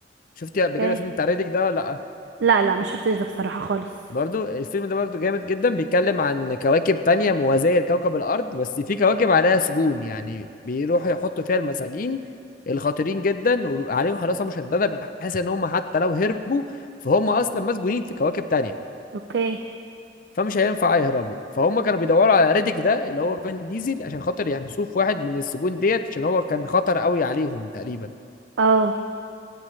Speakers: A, on the left (about 50°); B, on the right (about 75°).
A: شفتي
B: اوكي
A: قبل كده فيلم بتاع ريديك ده ولا لأ؟
B: لا لا ما شفتش ده بصراحة خالص
A: برضو الفيلم ده برضو جامد جدا بيتكلم عن كواكب تانية موازية لكوكب الأرض بس في كواكب عليها سجون يعني بيروحوا يحطوا فيها المساجين الخطيرين جدا وبيبقى عليهم حراسة مشددة بحيث إن هم حتى لو هربوا فهم أصلا مسجونين في كواكب تانية
B: اوكي
A: فمش هينفع يهربوا فهم كانوا بيدوروا على ريديك ده اللي هو فين ديزل عشان خاطر يحبسوه في واحد من السجون ديت عشان هو كان خطر قوي عليهم تقريبا
B: اه